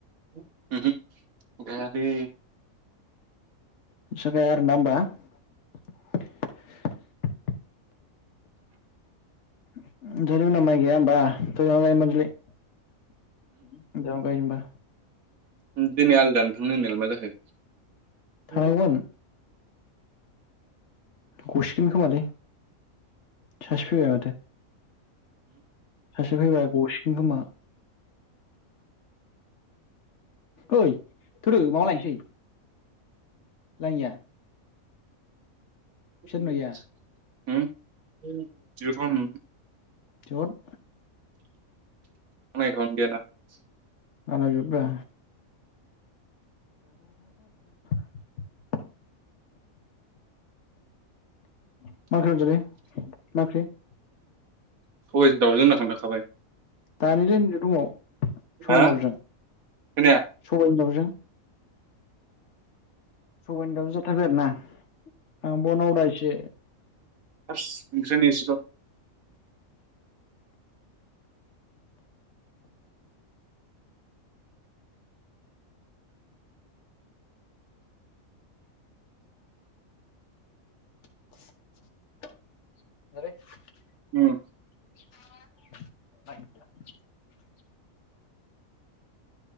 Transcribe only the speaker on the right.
उमहो गायाखै।
उम दिनै आलि दाननो थांनो होननायालाय मा जाखो?
हो
<inaudible>
<unintelligible>
सबायजों दाउजों होनना खोन्थाखाबाय
हा
खोनाया
फार्स <unintelligible>
उम